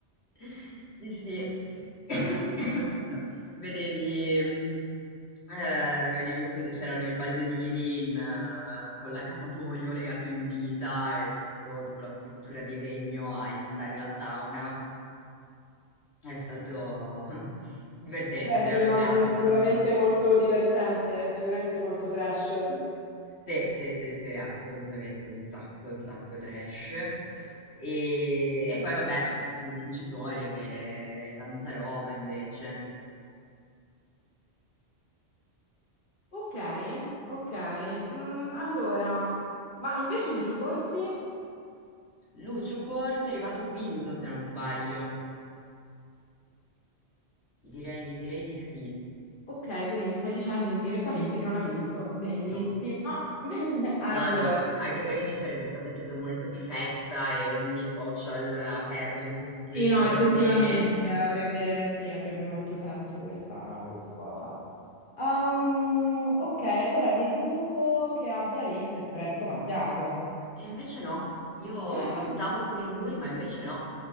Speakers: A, on the left (about 75°); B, on the left (about 50°).
A: <laughs> sì, sì. <coughs> Scusa. Vedevi, mh, eh, vedevi appunto c'erano i ballerini in, eh, con l'accappatoio legato in vita e tutto, tipo la struttura di legno a imitare la sauna. È stato <laughs> divertente,
B: Beh, ti
A: a me
B: immagino
A: piacciono.
B: sicuramente molto divertente, sicuramente molto trash.
A: Sì, sì, sì, sì, assolutamente un sacco, un sacco trash. E, e poi vabbè c'è stato il vincitore che è tanta roba invece.
B: Ok, ok. Mm, allora, ma invece Lucio Corsi?
A: Lucio Corsi è arrivato quinto, se non sbaglio. Direi, direi di sì.
B: Ok, quindi mi stai dicendo indirettamente che non ha vinto. Benissimo.
A: No.
B: <laughs> Allora,
A: No, no, anche perché ci sarebbe stata, credo, molto più festa e ogni social aperto in questi due
B: sì,
A: giorni.
B: no, effettivamente
A: E
B: avrebbe, sì, avrebbe molto senso questa, questa cosa. Um, ok, allora deduco che abbia vinto Espresso Macchiato.
A: invece no, io
B: <gasps> Ah,
A: puntavo su di lui, ma invece no.